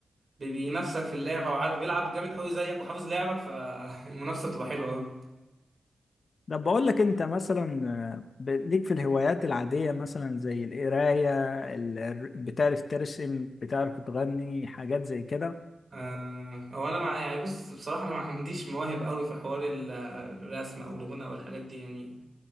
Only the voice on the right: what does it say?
بي- بينافسك في اللعبة وعارف بيلعب جامد قوي زيك وحافظ لعبك فالمنافسة <laughs> بتبقى حلوة قوي
آه، هو أنا مع يعني بص بصراحة أنا ما عنديش مواهب قوي في حوار ال- الرسم أو الغنى أو الحاجات دي يعني